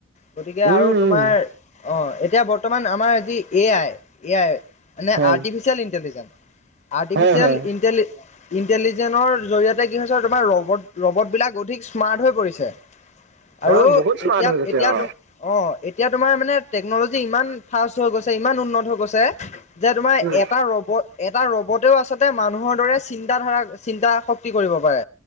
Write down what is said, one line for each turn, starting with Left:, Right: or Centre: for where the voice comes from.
Left: গতিকে
Right: উম
Left: আৰু তোমাৰ
Right: উম
Left: অ'। এতিয়া বৰ্তমান আমাৰ যি, এ আই, এ আই মানে
Right: হয়
Left: আৰ্টিফিচিয়েল ইণ্টেলিজেঞ্চ। আৰ্টিফিচিয়েল
Right: হয় হয়
Left: ইণ্টেলি ইণ্টেলিজেটৰ জৰিয়তে, কি হৈছে তোমাৰ ৰবট, ৰবটবিলাক অধিক স্মাৰ্ট হৈ পৰিছে।
Right: হয়
Left: আৰু
Right: বহুত স্মাৰ্ট
Left: এতিয়া,
Right: হৈ গৈছে
Left: এতিয়া
Right: অ
Left: তোম অ', এতিয়া তোমাৰ মানে, টেকনলজি ইমান ফাষ্ট হৈ গৈছে, ইমান উন্নত হৈ গৈছে যে তোমাৰ
Right: উম
Left: এটা ৰবট এটা ৰবতেও আচলতে, মানুহৰ দৰে চিন্তাধাৰা চিন্তা শক্তি কৰিব পাৰে।